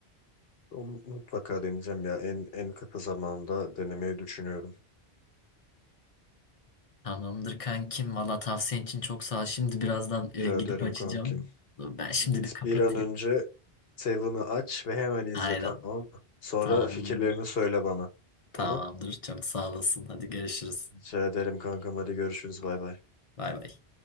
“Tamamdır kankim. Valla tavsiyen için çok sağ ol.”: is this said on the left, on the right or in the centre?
Left